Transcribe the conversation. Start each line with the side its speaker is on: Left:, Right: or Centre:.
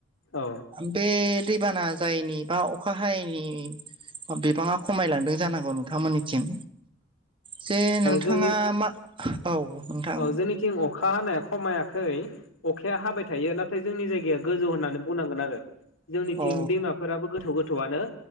Left: ओ
Right: बे दैबाना जायैनि बा अखा हायैनि बिबाङा खमायलांदों जानांगौ नोंथांमोननिथिं जे नोंथाङा
Left: जोंनि
Right: मा औ नोंथां
Left: औ जोंनिथिं अखा हानाया खमायाखै अखाया हाबाय थायो नाथाय जोंनि जायगाया गोजौ होननानै बुंनांगोन आरो जोंनिथिं
Right: औ
Left: दैमाफोराबो गोथौ गोथौआनो